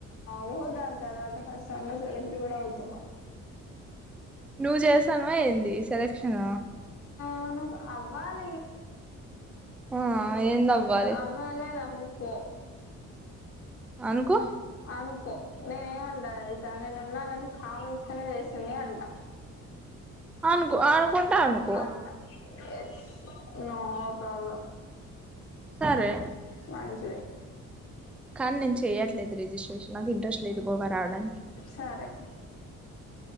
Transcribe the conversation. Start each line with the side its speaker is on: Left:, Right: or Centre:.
Left: వ్ దాని తర్వాత ఫస్ట్ రండ్ లో సెలబ్రిటీ కూడా అవుతున్నావు
Centre: నువ్ చేస్తాను ఏంది సెలెక్షన్
Left: ఆ అవాల్
Centre: ఆ ఏందవ్వాలి
Left: అవలేధా కో
Centre: అనుకో
Left: అనుకో నేనేమంటా టెలుసా నేను ఉన్నానని కావల్సికునే వేసింది అంటా
Centre: అనుకో అనుకుంటా అనుకో
Left: అంట ఎస్ నో ప్రాబ్లం
Centre: సరే
Left: మంచిధి
Centre: కాని నుంచి చెయట్లేదు రిజిస్ట్రేషన్ నాకు ఇంట్రెస్ట్ లేదు గోవా రావడానికి
Left: సరే